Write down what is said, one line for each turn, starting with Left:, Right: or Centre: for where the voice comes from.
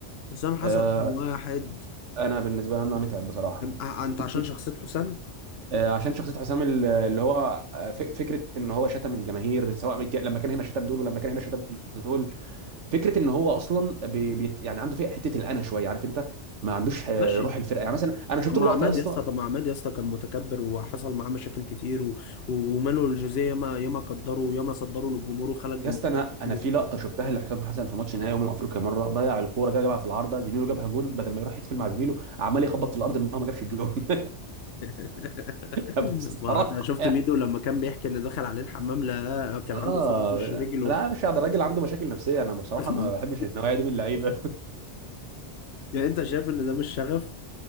Left: حسام حسن
Right: آه،
Left: رقم واحد
Right: انا بالنسبه لي انا متعب بصراحه
Left: أ- انت
Right: <laughs>
Left: عشان شخصية حسام
Right: آه، عشان شخصية حسام ال- اللي هو آه، ف- فكرة ان هو شتم الجماهير سواء بك- لما كان هنا شتم دول ولما كان هنا شتم دول فكرة ان هو اصلا بي بي يعني عنده فيه حتة الانا شوية عارف انت ما عندوش آه،
Left: ماشي
Right: روح الفرقة يعني مثلا انا شفت
Left: طب ما
Right: له لقطة
Left: عماد
Right: يا اسطى
Left: يا اسطى طب ما عماد يا اسطى كان متكبر وحصل معاه مشاكل كتير و... و- ومانويل جوزيه ياما ياما قدره وياما صدره للجمهور وخلى الجمهور
Right: يا اسطى انا
Left: يشتمه
Right: انا في لقطة شفتها لحسام حسن في ماتش نهائي امم افريقيا مرة ضيع الكورة جا جابها في العارضة زميله جابها جون بدل ما يروح يحتفل مع زميله عمال يخبط في الارض ان هو ما جابش الجون <laughs>
Left: <laughs>
Right: بصراحة
Left: ما انت شفت ميدو لما كان بيحكي ان دخل عليه الحمام لا كان
Right: اه
Left: عنده اصابة في وش
Right: لا
Left: رجله
Right: لا، مش قاعد الراجل عنده مشاكل نفسيه انا بصراحه
Left: <laughs>
Right: ما بحبش النوعيه دي من اللعيبه
Left: يعني انت شايف ان ده مش شغف؟